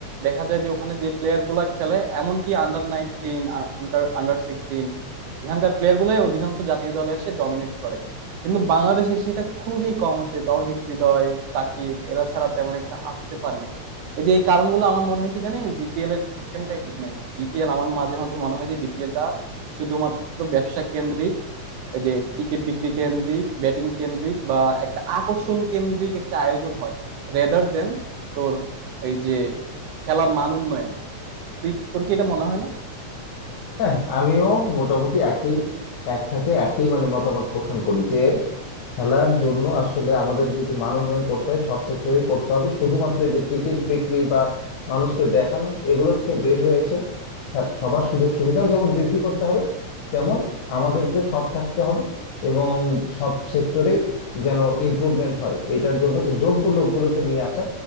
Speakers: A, on the right; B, on the left.
A: দেখা যায় যে ওখানে যে প্লেয়ার গুলা খেলে এমনকি আন্ডার নাইনটিন আন্ডার আন্ডার সিক্সটিন এখানকার প্লেয়ার গুলাই অধিকাংশ জাতীয় দলে এসে ডমিনেট করে কিন্তু বাংলাদেশে সেটা খুবই কম হয়েছে তাওহিদ হৃদয় সাকিব এরা ছাড়া তেমন একটা আসতে পারেনি এই যে এই কারণগুলো আমার মনে হয় কি জানিস বিপিএল এর সিস্টেমটাই ঠিক নাই বিপিএল আমার মাঝে মাঝে মনে হয় যে বিপিএলটা শুধুমাত্র ব্যবসা কেন্দ্রিক এই যে টিকিট বিক্রি কেন্দ্রিক ব্যাটিং কেন্দ্রিক বা একটা আকর্ষণ কেন্দ্রিক একটা আয়োজন হয় রেদার দেন তোর এই যে খেলার মান উন্নয়ন তুই তোর কি এটা মনে হয় না
B: হ্যাঁ আমিও মোটামুটি একই একসাথে একই মানে মতামত পোষণ করি যে খেলার জন্য আসলে আমাদের যদি মান উন্নয়ন করতে হয় সব সেক্টরেই করতে হবে শুধুমাত্র এই যে টিকিট বিক্রি বা মানুষকে দেখানো এগুলো থেকে বের হয়ে এসে খেল- সবার সুযোগ সুবিধা যেমন বৃদ্ধি করতে হবে তেমন আমাদেরকে সৎ থাকতে হবে এবং সব সেক্টরেই যেন ইমপ্রুভমেন্ট হয় এটার জন্য যে যোগ্য লোকগুলোকে নিয়ে আসা